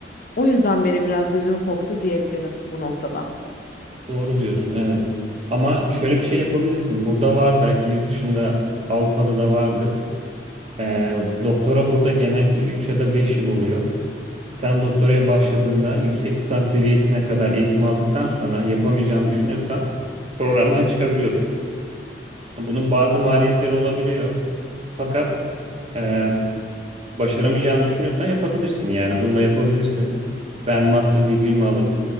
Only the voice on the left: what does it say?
O yüzden benim biraz gözüm korktu diyebilirim bu noktada.